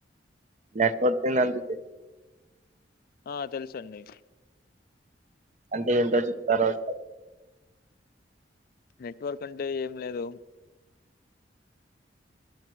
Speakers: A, on the right; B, on the left.
A: నెట్వర్క్ నందు తె
B: ఆ తెలుసండి
A: అంటే ఏంటో చెప్తారోసారి
B: నెట్వర్క్ అంటే ఏం లేదు